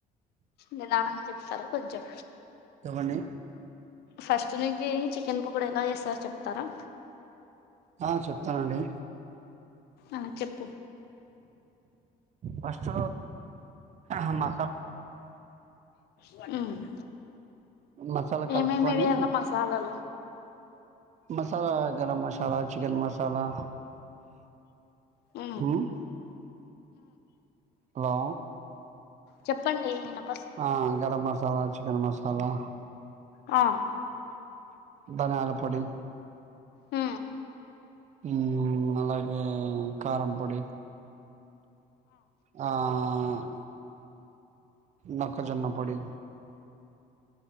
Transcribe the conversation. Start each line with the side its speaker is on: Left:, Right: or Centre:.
Left: నిదానంగా చెప్తారా కొంచెం.
Right: చెప్పండి
Left: ఫస్ట్ నుంచీ. చికెన్ పకోడా ఎలా చేేస్తరో చెప్తారా.
Right: ఆ చెప్తానండి.
Left: ఆ చెప్పు.
Right: ఫస్ట్ అమ్మా
Left: ఊ
Right: మసాలా కలుపుకొని
Left: ఏమేమి వేయాల మసాలలు.
Right: Masala garam masala chicken masala.
Left: ఊ
Right: ఉమ్ హలో
Left: చెప్పండి వినప్
Right: ఆ గరం మసాలా చికెన్ మసాలా.
Left: ఆ
Right: ధనియాల పొడి.
Left: ఊ
Right: ఊ అలాగే కారం పొడి. ఆ ఆ మొక్కజొన్న పొడి.